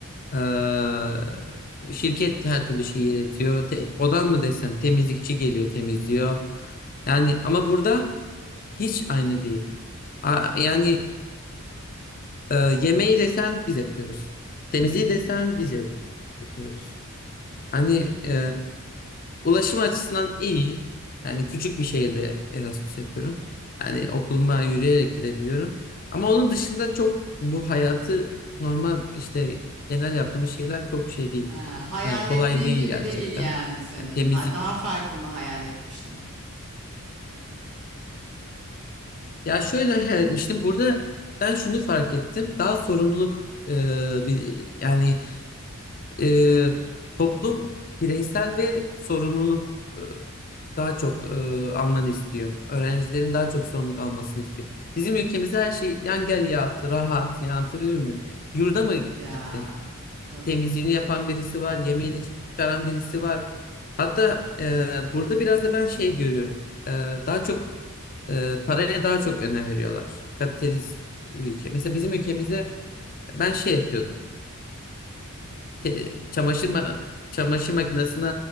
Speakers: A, on the left; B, on the right.
A: Ee, şirket her türlü şeyi iletiyor. Te- odan mı desen temizlikçi geliyor, temizliyor. Yani ama burada hiç aynı değil. A- yani e, yemeği desen biz yapıyoruz. Temizliği desen biz yapıyoruz. Hani
B: Hmm.
A: e, ulaşım açısından iyi. Yani küçük bir şehirde Erasmus yapıyorum. Hani okuluma yürüyerek gidebiliyorum. Ama onun dışında çok bu hayatı normal işte genel yaptığımız şeyler çok şey değil.
B: Ha, hayal
A: E, kolay
B: ettiğin
A: değil
B: gibi
A: gerçekten.
B: değil yani senin.
A: Yani temizlik.
B: Ha, daha farklı mı hayal etmiştim?
A: Ya şöyle he, işte burada ben şunu fark ettim. Daha sorumluluk e, bir, yani e, toplum bireysel ve sorumluluk daha çok e, almanı istiyor. Öğrencilerin daha çok sorumluluk almasını istiyor. Bizim ülkemizde her şey yan gel yat, rahat, yani anlatabiliyor muyum? Yurda mı
B: Ya
A: gittin?
B: tabii.
A: Temizliğini yapan birisi var, yemeğini çıkaran birisi var. Hatta e, burada biraz da ben şey görüyorum. E, daha çok e, paraya daha çok önem veriyorlar. Kapitalist bir ülke. Mesela bizim ülkemizde ben şey yapıyordum te- çamaşır ma- çamaşır makinesine